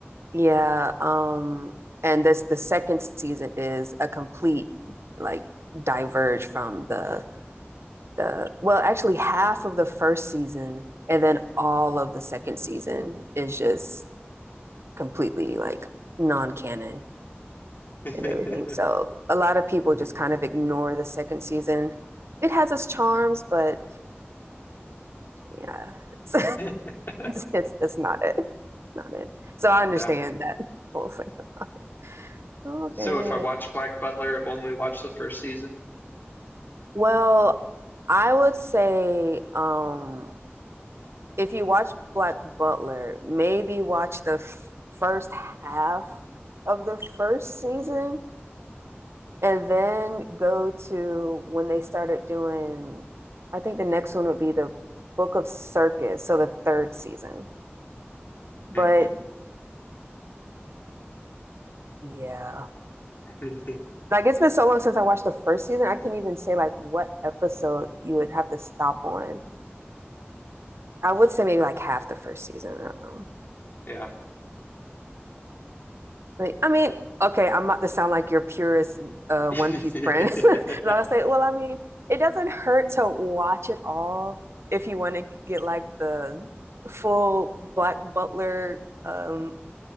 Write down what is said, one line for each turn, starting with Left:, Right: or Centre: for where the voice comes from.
Right: Yeah, um, and this the second season is a complete like diverge from the the well, actually half of the first season and then all of the second season is just completely like non-canon.
Left: <laughs>
Right: and everything. So a lot of people
Left: Mhm.
Right: just kind of ignore the second season. It has its charms, but yeah, it's
Left: <laughs>
Right: <laughs> it's, it's not it. It's not it. So I understand
Left: Yeah.
Right: that whole thing about it. Okay.
Left: So if I watch Black Butler, only watch the first season.
Right: Well, I would say um if you watch Black Butler, maybe watch the f- first half of the first season and then go to when they started doing, I think the next one would be the Book of Circus, so the third season.
Left: hmm
Right: But yeah,
Left: <laughs>
Right: like it's been so long since I watched the first season, I can't even say like what episode you would have to stop on. I would say maybe like half the first season. I don't know.
Left: Yeah.
Right: Like, I mean, okay, I'm about to sound like your purest uh,
Left: <laughs>
Right: One Piece friend. <laughs> And I'll say, well, I mean, it doesn't hurt to watch it all if you want to get like the full Black Butler um,